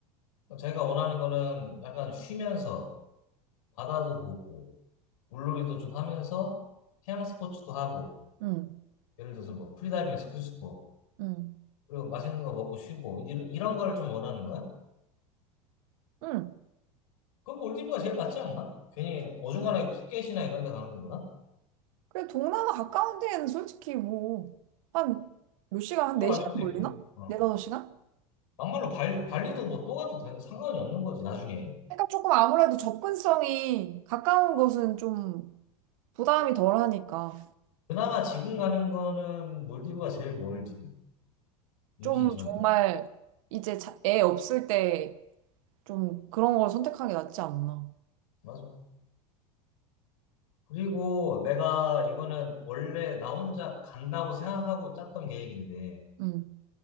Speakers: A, on the left (about 75°); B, on the right (about 70°).
A: 자기가 원하는 거는 약간 쉬면서 바다도 보고 물놀이도 좀 하면서 해양 스포츠도 하고
B: 응.
A: 예를 들어서 뭐 프리다이빙, 스킨스쿠버
B: 응.
A: 그리고 맛있는 거 먹고 쉬고 이런, 이런 걸 좀 원하는 거야?
B: 응.
A: 그럼 몰디브가 제일 낫지 않나? 괜히 어중간하게 푸켓이나 이런 데 가는 거보다
B: 그래, 동남아 가까운 데에는 솔직히 뭐, 한 몇 시간, 한
A: 또
B: 4시간
A: 갈 수도
B: 걸리나?
A: 있고 어.
B: 4, 5시간?
A: 막말로 발, 발리도 뭐 또 가도 되는, 상관이 없는 거지 나중에
B: 그러니까 조금 아무래도 접근성이 가까운 곳은 좀 부담이 덜 하니까.
A: 그나마 지금 가는 거는 몰디브가 제일 멀지 임신
B: 좀
A: 전에
B: 정말 이제 자- 애 없을 때 좀 그런 걸 선택하는 게 낫지 않나.
A: 맞아 그리고 내가 이거는 원래 나 혼자 간다고 생각하고 짰던 계획인데
B: 응,